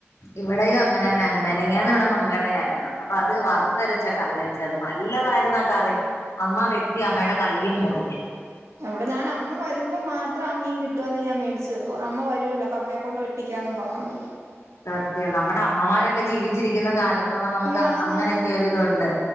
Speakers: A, on the left (about 85°); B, on the right (about 85°).
A: ഇവിടെയും അങ്ങനെ തന്ന മെനങ്ങാന്ന് ഇവിടെ മങ്കടയായിരുന്നു അപ്പൊ അത് വറുത്തരച്ച കറി വെച്ച അത് നല്ലതായി ുന്നറി അമ്മ വെട്ടി അമ്മയുടെ കൈയും മുറിഞ്ഞ്
B: ഇവിടെ ഞാൻ അമ്മ വരുമ്പോ മാത്രം ആ മീൻ കിട്ടും അത് ഞാൻ മേടിച്ച് വെക്കും അമ്മ വരൂല്ലോ അപ്പൊ അമ്മയെ കൊണ്ട് വെട്ടിക്കാന്നും പറഞ്ഞോണ്ട്
A: സത്യം നമ്മുടെ അമ്മമാരൊക്കെ ജീവിച്ചിരിക്കുന്ന കാലത്ത് ത്തോളം നമുക്ക്
B: അയ്യോ ആന്നാന്ന്
A: അങ്ങനെയൊക്കെ ഒരിതുണ്ട്